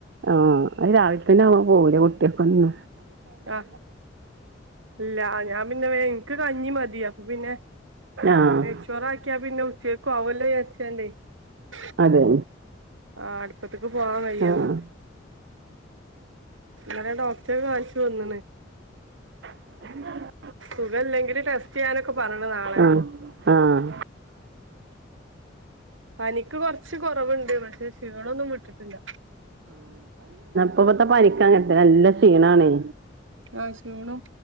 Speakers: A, on the right; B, on the right.
A: ആഹ അത് രാവിലത്ത തന്നെ ആവാൻ <unintelligible> കുട്ടിയൊക്കെ ഒന്നു
B: ആ ഇല്ല ഞാൻ പിന്നെനിക്ക് കഞ്ഞി മതി അപ്പ പിന്നെ
A: ആഹ്
B: നെയ്ചോറ ആക്കിയാ പിന്നെ <unintelligible>
A: അതെ.
B: ആഅടുപ്പത്തേക്ക് പോവാൻ കയന്ന്.
A: ആഹ്
B: ഇടെ ഡോക്ടർ കാണിച്ചു വന്നണ്.
A: <unintelligible>
B: സുഖ ഇല്ലെങ്കിലും ടെസ്റ്റ് ചെയ്യാനൊക്കെ പറണ നാളെ
A: ആഹ് ആഹ്
B: പനിക്ക് കൊറച്ച് കൊറവുണ്ട് പക്ഷെ ഷീണോന്നും വിട്ടിട്ടില്ല.
A: ഇപ്പപ്പത്തെ പനിക്ക് അങ്ങനത്തെ നല്ല ക്ഷീണണേ.
B: ആ ഷീണും